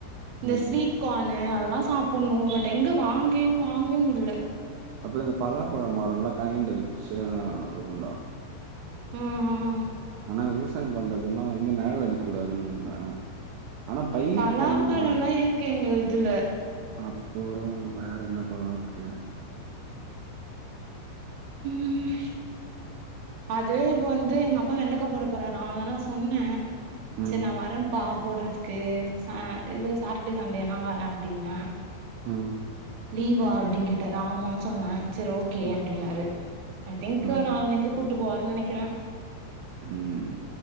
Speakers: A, on the right; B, on the right.
A: என்னது
B: இந்த ஸ்வீட் கானு அதெல்லா சாப்புட்ணு பட் எங்க வாங்க வாங்கவே முடியல
A: அப்புறோ இந்த பலாப்பழோ மரோல்லா <unintelligible> ல வச்சா வருங்ளா
B: ம் ம்
A: ஆனா விவசாயோ பண்றதுன்னா வந்து மேல அடிக்க கூடாதுன்னுவாங்க ஆனா பயிருக்கு
B: பலாப்பழம்லா
A: ஒண்ணு இல்லடா
B: இருக்கு எங்க இதுல
A: அப்பறோ வேற என்ன பழோ இருக்கு
B: ம் அது இப்ப வந்து எங்க அப்பா வெண்டக்கா போடப் போறாரா அதா நா சொன்னே
A: ம்
B: செரி நா வரேம் ப்பா போட்றதுக்கு ச இது சாட்டர்டே சண்டேனா வர அப்டின்னா
A: ம்
B: லீவா அப்டின்னு கேட்டாரு ஆமான் சொன்ன செர் ஓகே
A: ம்
B: அப்டின்னாரு ஐ திங்க்
A: ம்
B: நாளன்னைக்கு கூட்டு போவாருன்னு நெனைக்கிற
A: ம்